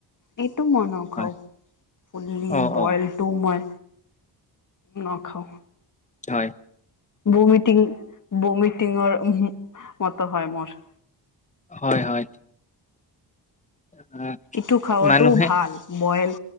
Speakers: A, on the left; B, on the left.
A: এইটো মই নখাওঁ
B: হয়।
A: ফুল্লি
B: অ
A: বইলটো
B: অ
A: মই ন খাওঁ
B: হয়
A: বমিটিং বমিটিংৰ মত হয় মোৰ
B: হয় হয় আহ,
A: ইটো খাৱাটোও
B: মানুহে
A: ভাল বইল